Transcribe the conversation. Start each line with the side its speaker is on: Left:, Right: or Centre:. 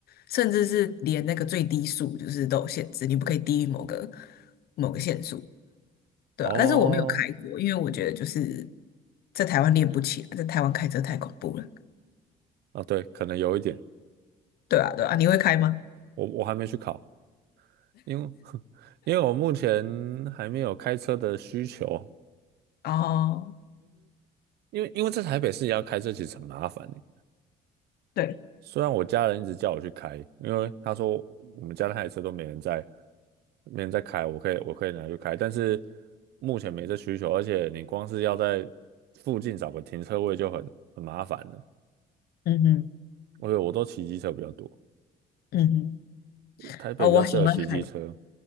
Left: 甚至是连那个最低速就是都有限制，你不可以低于某个某个限速，对啊，
Right: 哦，
Left: 但是我没有开过，因为我觉得就是在台湾练不起来，在台湾开车太恐怖了。
Right: 啊，对，可能有一点，
Left: 对啊，对啊，你会开吗？
Right: 我我还没去考，因为 <laughs> 因为我目前还没有开车的需求，
Left: 哦，
Right: 因为因为在台北市要开车其实很麻烦欸
Left: 对，
Right: 虽然我家人一直叫我去开，因为他说我们家那台车都没人在，没人在开，我可以我可以拿去开，但是目前没这需求，而且你光是要在附近找个停车位就很很麻烦了。
Left: 嗯哼，
Right: 我为我都骑机车比较多，
Left: 嗯哼，
Right: 台北比较适合骑机车。
Left: 哦，我想到还，